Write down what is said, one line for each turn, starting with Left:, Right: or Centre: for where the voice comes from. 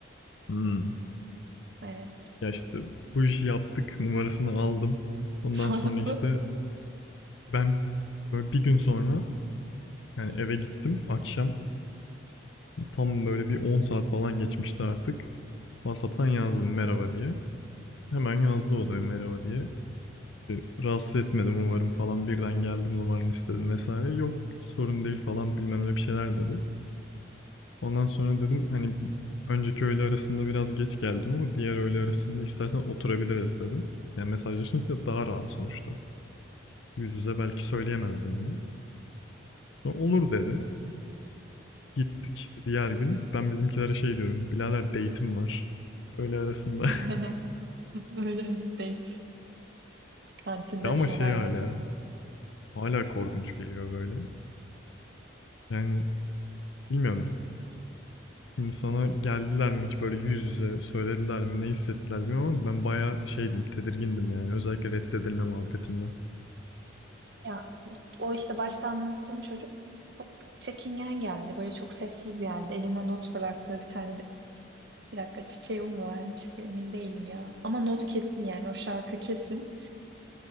Left: hımm,
Right: Evet.
Left: ya, işte, bu işi yaptık numarasını aldım. Ondan
Right: <laughs> Sonrası
Left: sonra, işte, ben böyle bir gün sonra, yani, eve gittim akşam. Tam böyle bir 10 saat falan geçmişti artık. WhatsApp'tan yazdım merhaba diye. Hemen yazdı o da merhaba diye. E, Rahatsız etmedim umarım falan birden geldim numaranı istedim vesaire. Yok sorun değil falan bilmem ne bir şeyler dedi. Ondan sonra dedim hani önceki öğle arasında biraz geç geldim ama diğer öğle arasında istersen oturabiliriz dedim. Yani mesajlaşınca daha rahat sonuçta. Yüz yüze belki söyleyemezdim bunu. Sonra olur dedi. Gittik işte diğer gün. Ben bizimkilere şey diyorum. Birader date'im var. Öğle arasında.
Right: <laughs> öyle bir date. Kantinde
Left: <laughs> ama
Right: bir şeyler
Left: şey
Right: yemesi.
Left: hala. Hala korkunç geliyor böyle. Yani bilmiyorum. Şimdi sana geldiler mi hiç böyle yüz yüze söylediler mi ne hissettiler bilmiyorum ama ben bayağı şeydim tedirgindim yani özellikle reddedilme muhabbetinden.
Right: Ya o işte başta anlattığım çocuk çok çekingen geldi. Böyle çok sessiz geldi. Elime not bıraktı. Bir tane de bir dakika çiçeği o mu vermişti? Emin değilim ya. Ama not kesin yani o şarkı kesin.